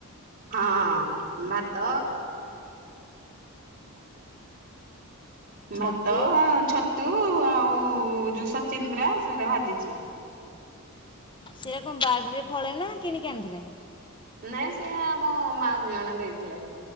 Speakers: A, on the right; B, on the left.
A: ହଁ ଭାତ
B: ଛତୁ
A: ଭାତ ଅଁ ଛତୁ। ଆଉ ଯୋଉ ସଚିନ୍ଦ୍ରା ସେଇଟା ଭାଜିଛି।
B: ସେ କଣ ବାରିରେ ଫଳେ ନା କିଣିକି ଆଣିଥିଲେ?
A: ନାଇଁ ସେ ଆମ ମାଉସୀ ଜଣେ ଦେଇଥିଲେ।